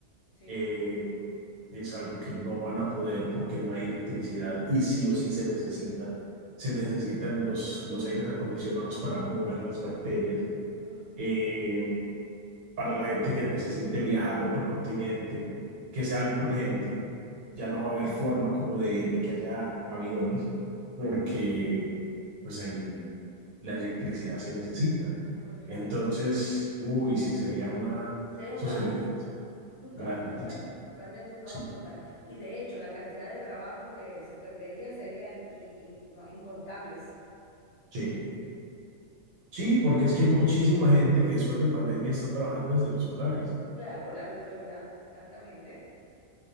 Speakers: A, on the left; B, on the right.
A: sí,
B: eh, es algo que no van a poder porque no hay electricidad y sí o sí se necesita. Se necesitan los, los aires acondicionados para mover las bacterias.
A: Mm,
B: Eh, para la gente que necesite viajar a otro continente, que sea algo urgente, ya no va a haber forma como de, de que haya aviones, porque pues ahí la electricidad se necesita.
A: pues claro,
B: Entonces, uy, sí, sería una,
A: sería un
B: eso
A: caos.
B: sería una
A: Un caos
B: grandísima,
A: total, realmente un caos
B: sí,
A: total. Y de hecho, la cantidad de trabajos que se perderían serían i- i- no, incontables.
B: sí, sí,
A: Porque,
B: porque es que hay muchísima gente que después de pandemia está trabajando desde los hogares.
A: claro,
B: <laughs>
A: la virtualidad, exactamente.